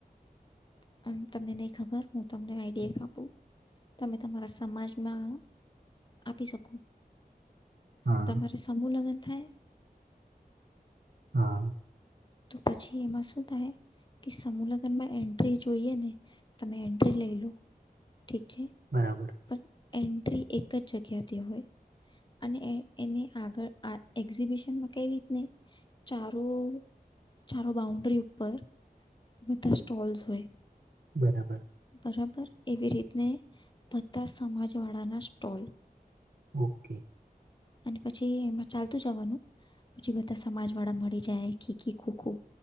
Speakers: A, on the left; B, on the right.
A: <inaudible> અમ્મ તમને નઈ ખબર હું તમને આઇડિયા એક આપુ તમે તમારા સમાજમાં આપી શકું.
B: હા
A: તમારે સમૂહ લગન થાય. <inaudible>
B: હા.
A: તો પછી એમાં શું થાય કે સમૂહ લગ્નમાં એન્ટ્રી જોઈએ ને તમે એન્ટ્રી લઈ લો ઠીક છે
B: બરાબર.
A: પણ એન્ટ્રી એક જ જગ્યાથી હોય અને એને આગળ એક્ઝિબિશનમાં કઈ રીતને ચારો.. ચારો બાઉન્ડ્રી ઉપર બધા સ્ટોલ્સ હોય..
B: બરાબર.
A: બરાબર એવી રીતને ભતા સમાજવાળાના સ્ટોલ
B: ઓકે.
A: અને પછી એમાં ચાલતું જવાનું પછી બધા સમાજ વાળા મળી જાય ખીકી ખુખું